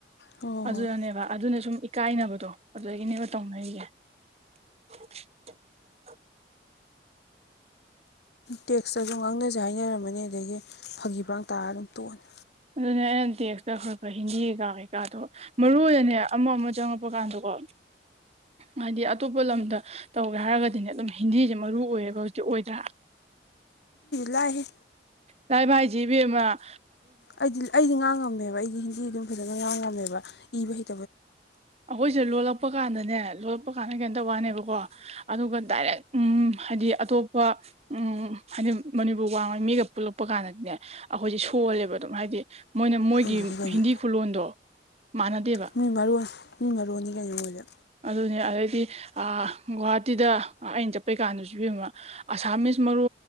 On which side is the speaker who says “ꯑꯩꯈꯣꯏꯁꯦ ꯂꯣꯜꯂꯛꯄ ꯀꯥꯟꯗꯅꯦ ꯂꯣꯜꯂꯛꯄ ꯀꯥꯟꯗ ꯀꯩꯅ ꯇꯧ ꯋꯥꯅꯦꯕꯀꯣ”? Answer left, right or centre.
Right